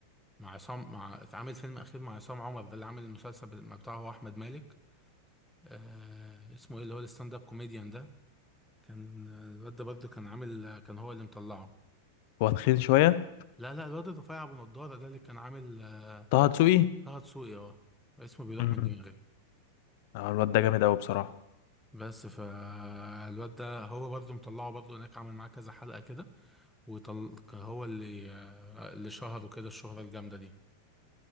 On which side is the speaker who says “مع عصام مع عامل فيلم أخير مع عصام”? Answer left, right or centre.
Centre